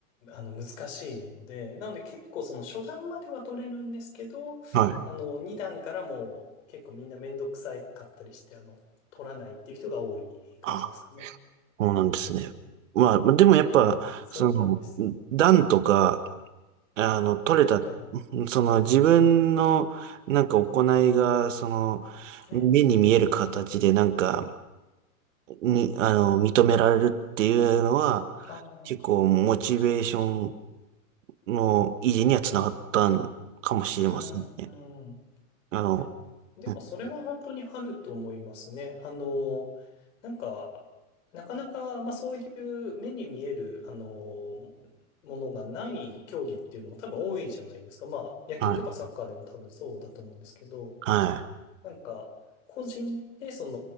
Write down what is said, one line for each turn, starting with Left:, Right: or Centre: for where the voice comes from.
Left: あの、難しいので、なので結構その初段までは取れるんですけど、
Right: はい。
Left: あの、2段からも結構みんなめんどくさいかったりして、あの、取らないっていう人が多い感じですかね。
Right: あ、そうなんですね。まあ、まあでもやっぱ、
Left: そうなんです。
Right: その、段とか、あの、取れた、
Left: はい。
Right: その自分の、なんか行いが、その、
Left: ええ。
Right: 目に見える形で、なんか、に、あの、認められるっていうのは、
Left: ああ。
Right: 結構モチベーションの維持にはつながったんかもしれませんね。
Left: うん、うん。い
Right: あの、
Left: や、でもそれは本当にあると思いますね。
Right: うん
Left: あの、なんか、なかなか、まあそういう目に見える、あの、ものがない競技っていうのも多分多いじゃないですか。まあ野球とかサッカーでも多分そうだと思うんですけど。
Right: はい、は
Left: なんか、個人で、そ